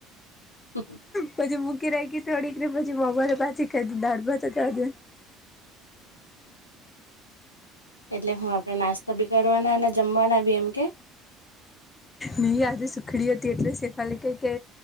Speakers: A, on the left; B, on the left.
A: <unintelligible>
B: પછી મૂકી રાખી થોડીક ને પછી બપોરે પાછી ખાદી દાળ-ભાત હતા આજે.
A: એટલે હું, આપણે નાસ્તો બી કરવાના અને જમવાના બી એમ કે?
B: નહી આજે સુખડી હતી એટલે શેફાલી કેય કે